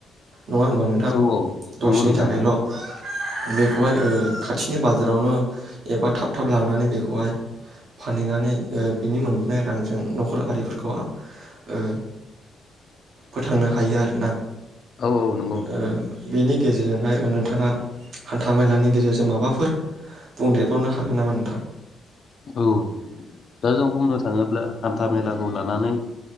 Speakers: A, on the right; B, on the left.
A: नङा होनबा नोंथां
B: औ औ
A: दसेनि
B: नंगौ नोंथां
A: थाखायल' बे। बेखौहाय ओ खा खाथिनि बाजारावनो एबा थाब थाब लांनानै बेखौहाय फानहैनानै ओ बिनि मोनबोनाय रांजों नखर आरिफोरखौ ओ फोथांनो हायो आरोना
B: औ औ नंगौ नोंथां
A: ओ बिनि गेजेरजोंहाय नोंथाङा हान्था मेलानि गेजेरजों माबा बेफोर बुंदेरबावनो हागोन नामा नोंथां
B: औ दा जों बुंनो थाङोब्ला हान्था मेलाखौ लानानै